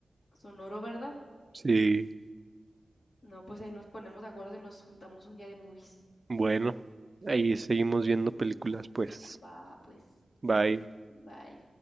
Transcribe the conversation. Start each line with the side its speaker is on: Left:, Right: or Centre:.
Left: son oro, ¿verdad?
Right: Sí,
Left: No, pues ahí nos ponemos de acuerdo y nos juntamos un día de movies.
Right: bueno, ahí seguimos viendo películas, pues.
Left: Va, pues.
Right: Bye.
Left: Bye.